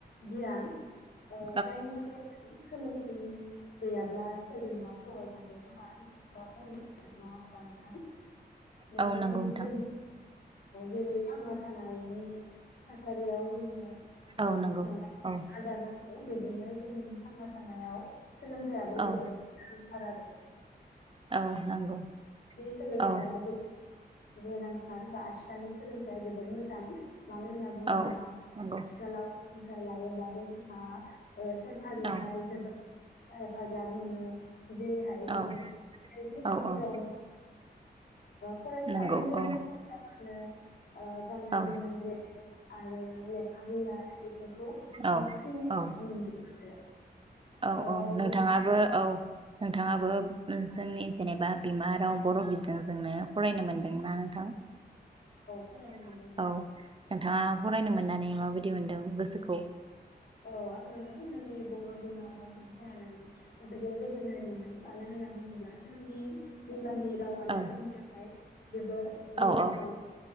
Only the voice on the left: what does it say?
गियान
जायनि थाखाय सोलोंथाइनि गैयाब्ला सोरजोंबा थगायजागोन नङा होनबा नोंथां बेनिखायनो
जों जेरै थांना थानायनि थासारियाव जोङो ओ
आदार बिदिनो जोंनि थांना थानायाव सोलोंथाइयाबो
जोबोर गोनांथार आरो
सोलोंथाइया
जोब गोनांथार बा आथिखालनि सोलोंथाइया जोबोर मोजां मानो होनना बुङोब्ला
आथिखालाव
सोलोंथाइ लायोब्लाबो जोंहा सरखारनिफ्राय
जोबोद हेफाजाब मोनो जेरैहाय जों
एल पि स्कुलफोरावनो
फरायसा
उन्दै -
उन्दै फरायसाफोरनो गाननाय
- जोमनाय द्रेस आरो लेखा बिलाइ बेखौ फ्रि
मोनजोबो आरो
ओ
बिदि
औ
फरायनो मोनदों नोंथां।
औ आङो जोंनि बर' बिमा रावजों फरायनानै जोबोद नाय मोनदों मानो होननानै बुङोब्ला जोंनि बिमानि रावानो
जोंनि थाखाय जोबोर गोजोनथाव